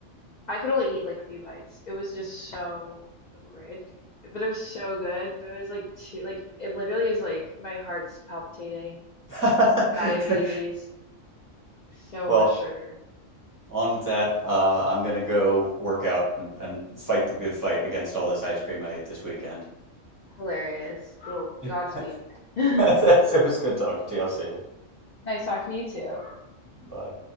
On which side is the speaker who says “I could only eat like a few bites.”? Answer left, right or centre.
Left